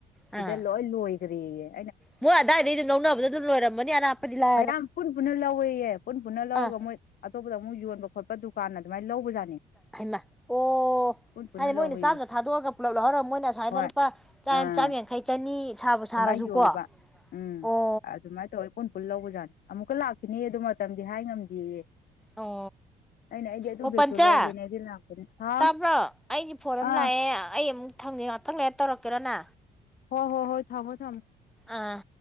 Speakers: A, in the centre; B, on the left (about 60°).
A: ꯑꯥ
B: ꯏ ꯂꯣ ꯂꯣꯣꯏ ꯀꯔꯤꯦ
A: ꯃꯣꯏ ꯑꯗꯨꯗꯥꯏꯗꯩ ꯑꯗꯨ ꯅ ꯂꯧꯅꯕꯗ ꯑꯗꯨꯝꯣꯏꯔꯝꯃꯅꯤ ꯑꯔꯥꯞꯄꯗꯤ ꯂ
B: ꯃꯌꯥꯝ ꯄꯨꯟ ꯄꯨꯟꯅ ꯂꯧꯋꯦꯌꯦ ꯄꯨꯟ ꯄꯨꯟꯅ ꯂꯧꯔꯒ
A: ꯑꯥ
B: ꯃꯣꯏ ꯑꯇꯣꯞꯄꯗ ꯑꯃꯨꯛ ꯌꯣꯟꯕ ꯈꯣꯠꯄ ꯗꯨꯀꯥꯟ ꯑꯗꯨꯃꯥꯏꯅ ꯂꯧꯕꯖꯥꯠꯅꯤ
A: ꯍꯥꯏꯃ ꯑꯣ
B: ꯄꯨꯟ ꯄꯨꯟꯅ
A: ꯍꯥꯏꯗꯤ
B: ꯂꯧꯋꯦꯌꯦ
A: ꯃꯣꯏꯅ ꯆꯥꯝꯃꯗ ꯊꯥꯗꯣꯛꯑꯒ ꯄꯨꯂꯞ ꯂꯧꯍꯧꯒ ꯃꯣꯏꯅ ꯁꯨꯃꯥꯏꯗ
B: ꯍꯣꯏ
A: ꯂꯨꯄꯥ
B: ꯑꯥ
A: ꯆꯥꯝ ꯌꯥꯡꯈꯩ ꯆꯅꯤ ꯁꯥꯕ ꯁꯥꯔꯁꯨꯀꯣ
B: ꯑꯗꯨꯃꯥꯏꯅ ꯌꯣꯜꯂꯨꯕ ꯎꯝ
A: ꯑꯣ
B: ꯑꯗꯨꯃꯥꯏꯅ ꯇꯧꯔ ꯄꯨꯟ ꯄꯨꯟ ꯂꯧꯕꯖꯥꯠꯅꯤ ꯑꯃꯨꯛꯀ ꯂꯥꯛꯈꯤꯅꯤ ꯑꯗꯨ ꯃꯇꯝꯗꯤ ꯍꯥꯏ ꯉꯝꯗꯦꯌꯦ
A: ꯑꯣ
B: ꯑꯩꯅ ꯑꯩꯗꯤ ꯑꯗꯨ
A: ꯑꯣ
B: ꯕꯦꯒꯇꯨ
A: ꯄꯟꯆꯥ
B: ꯂꯧꯒꯦꯅꯦ ꯑꯩꯗꯤ ꯂꯥꯛꯄꯅꯤ ꯍꯥꯎ
A: ꯇꯥꯕ꯭ꯔꯣ ꯑꯩꯁꯦ ꯐꯣꯟ
B: ꯑꯥ
A: ꯑꯃ ꯂꯥꯛꯑꯦ ꯑꯩ ꯑꯃꯨꯛ ꯊꯝꯒꯦ ꯉꯥꯛꯇꯪ ꯂꯩ ꯇꯧꯔꯛꯀꯦꯔꯣꯅ
B: ꯍꯣ ꯍꯣ ꯍꯣꯏ ꯊꯥꯡꯃꯣ ꯊꯝꯃ
A: ꯑꯥ